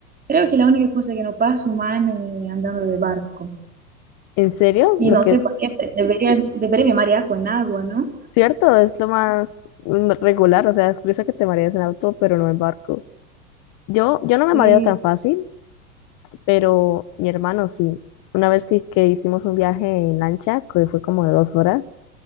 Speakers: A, on the right; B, on the left.
A: Creo que la única cosa que no paso mal es andando de barco.
B: ¿En serio?
A: Y
B: Lo
A: no
B: que,
A: sé por qué, pero debería, debería me marear con agua, ¿no?
B: cierto, es lo más mm, regular. O sea, es curioso que te mareas en auto, pero no en barco. Yo, yo no me
A: Sí,
B: mareo tan fácil, Pero mi hermano sí. Una vez que, que hicimos un viaje en lancha, que fue como de dos horas,